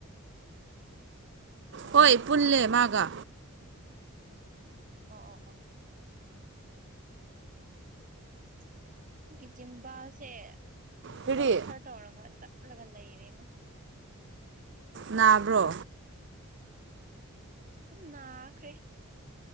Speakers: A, on the right; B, on the right.
A: ꯑꯣ
B: ꯍꯣꯏ ꯄꯨꯟꯂꯦ ꯃꯥꯒꯥ
A: ꯑ ꯑ ꯑ <unintelligible> <inaudible> ꯒꯤꯆꯖꯤꯝꯕꯥꯁꯦ
B: ꯀꯔꯤ
A: ꯑꯜꯁꯔ ꯇꯧꯔꯒ ꯂꯒ ꯂꯩ ꯂꯩꯔꯦꯅ
B: ꯅꯥꯕ꯭ꯔꯣ
A: ꯌꯥꯝ ꯅꯥꯈ꯭ꯔꯦ ꯆ